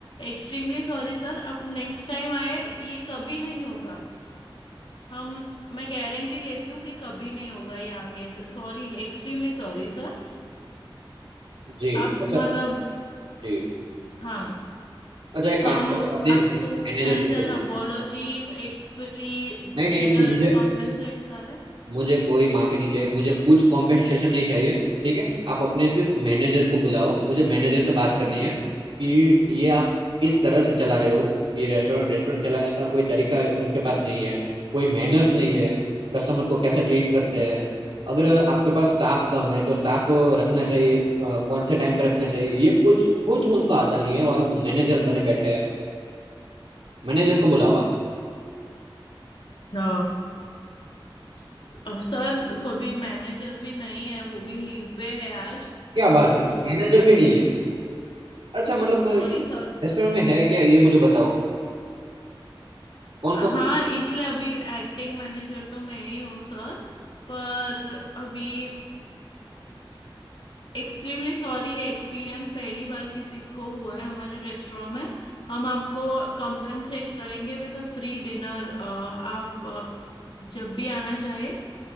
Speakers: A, on the left; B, on the right.
A: Extremely sorry sir अब नेक्स्ट टाइम आए ये कभी नहीं होगा हम मैं गारंटी लेती हूँ कि कभी नहीं होगा ये आगे से Sorry extremely sorry sir
B: जी
A: आप
B: अच्छा
A: मतलब
B: जी
A: हाँ
B: अच्छा एक
A: हम
B: काम करो अपने
A: आपको
B: मैनेजर
A: एज
B: को
A: एन
B: बुलाओ
A: अपोलॉजी एक फ्री
B: नहीं नहीं
A: डिनर
B: नहीं मुझे
A: कंपेंसेट करें
B: मुझे कोई माफी नहीं चाहिए मुझे कुछ कॉम्पेंसेशन नहीं चाहिए ठीक है आप अपने सिर्फ मैनेजर को बुलाओ मुझे मैनेजर से बात करनी है कि ये आप किस तरह से चला रहे हो ये रेस्टोरेंट रेस्टोरेंट चलाने का कोई तरीका इनके पास नहीं है कोई मैनर्स नहीं है कस्टमर को कैसे ट्रीट करते हैं अगर आपके पास स्टाफ कम है तो स्टाफ रखना चाहिए अ, कौन से टाइम पे रखना चाहिए ये कुछ कुछ उनको आता नहीं है और मैनेजर बने बैठे हैं मैनेजर को बुलाओ आप
A: अ, स- सर कभी मैनेजर भी नहीं है वो भी लीव पे है आज
B: क्या बात है
A: तो
B: मैनेजर भी नहीं है अच्छा मतलब
A: सॉरी सर
B: रेस्टोरेंट में है क्या ये मुझे बताओ कौन
A: हाँ
B: कौन है?
A: इसलिए अभी एक्टिंग मैनेजर तो मैं ही हूँ सर पर अभी एक्सट्रीमली सॉरी ये एक्सपीरियंस पहली बार किसी को हुआ है हमारे रेस्टोरेंट में हम आपको कंपेंसेट करेंगे विद अ फ्री डिनर आप अ, जब भी आना चाहे